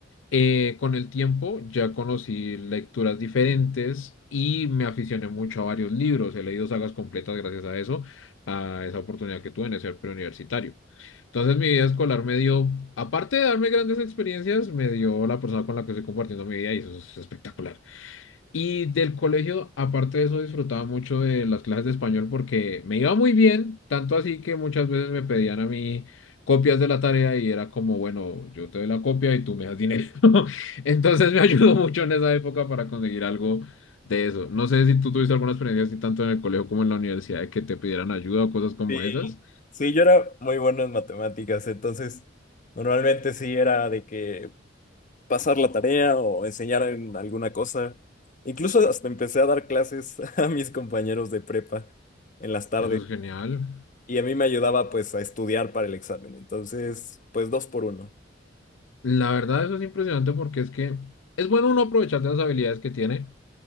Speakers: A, on the left; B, on the left.
A: Eh, con el tiempo ya conocí lecturas diferentes y me aficioné mucho a varios libros. He leído sagas completas gracias a eso, a esa oportunidad que tuve de ser preuniversitario. Entonces mi vida escolar me dio, aparte de darme grandes experiencias, me dio la persona con la que estoy compartiendo mi vida y eso es espectacular. Y del colegio, aparte de eso, disfrutaba mucho de las clases de español porque me iba muy bien, tanto así que muchas veces me pedían a mí copias de la tarea y era como, bueno, yo te doy la copia y tú me das dinero. <laughs> Entonces me ayudó mucho en esa época para conseguir algo de eso. No sé si tú tuviste alguna experiencia así tanto en el colegio como en la universidad de que te pidieran ayuda o cosas como
B: Sí,
A: esas.
B: sí, yo era muy bueno en matemáticas, entonces normalmente sí era de que pasar la tarea o enseñar en alguna cosa. Incluso hasta empecé a dar clases <laughs> a mis compañeros de prepa en las tardes
A: Eso es genial.
B: y a mí me ayudaba pues a estudiar para el examen. Entonces, pues dos por uno.
A: La verdad, eso es impresionante porque es que es bueno uno aprovechar de las habilidades que tiene.